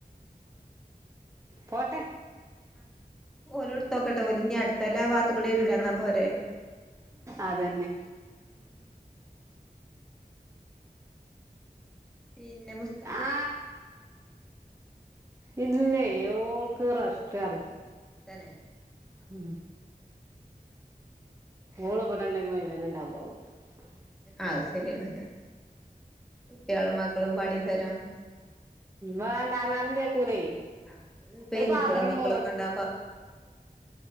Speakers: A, on the right; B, in the centre.
A: പോട്ടെ
B: ഓലും ഇടുത്തോക്കട്ടെ ഓലും ഇഞ്ഞ് അടുത്തൊല്ലം ആ വാത്ത് കൂടി വരൂലന്നാ പോരെ <inaudible>
A: അതന്നെ
B: പിന്നെ
A: ആ ഇല്ലെ. ഓൾക്ക് റസ്റ്ററഞ്ഞ്
B: തന്നെ
A: ഉം ഓള് പെടെണ്ട് <unintelligible>
B: അയ് ശരി ആണ് ഹ്
A: വേണ്ടാന്നാലും കേക്കൂലെ
B: ആഹ് ഇപ്പ
A: ഒരു
B: ഈ
A: പാത്രം
B: കുട്ടികളും മക്കളൊക്കെ
A: മോ
B: ഉണ്ടാവുമ്പോ